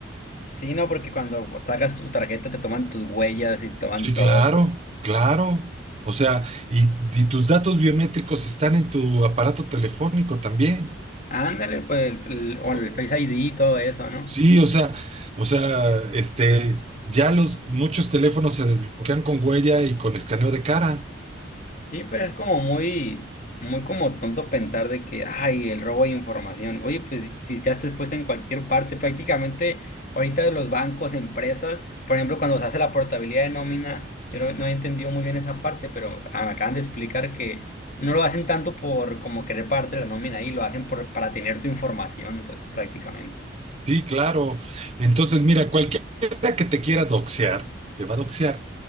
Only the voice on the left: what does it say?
sí, no, porque cuando sacas tu tarjeta te toman tus huellas y te toman
todo,
pues.
Ándale, pues, el, el- o el
Face ID y todo eso, ¿no?
Sí, pero es como muy, muy como tonto pensar de que, ay, el robo de información. Oye, pues si si ya está expuesto en cualquier parte, prácticamente ahorita los bancos, empresas, por ejemplo, cuando se hace la portabilidad de nómina, yo no, no he entendido muy bien esa parte, pero ah, me acaban de explicar que no lo hacen tanto por como querer pagarte la nómina ahí, lo hacen por, para tener tu información, pues prácticamente.